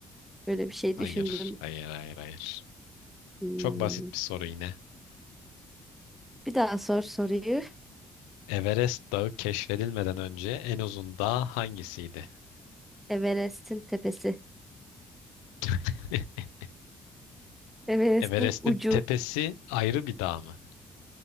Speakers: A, in the centre; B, on the left.
A: Böyle bir şey
B: Hayır,
A: düşündüm.
B: hayır, hayır, hayır.
A: Hmm.
B: Çok basit bir soru yine.
A: Bir daha sor soruyu.
B: Everest Dağı keşfedilmeden önce en uzun dağ hangisiydi?
A: Everest'in tepesi.
B: <laughs>
A: Everest'in
B: Everest'in
A: ucu.
B: tepesi ayrı bir dağ mı?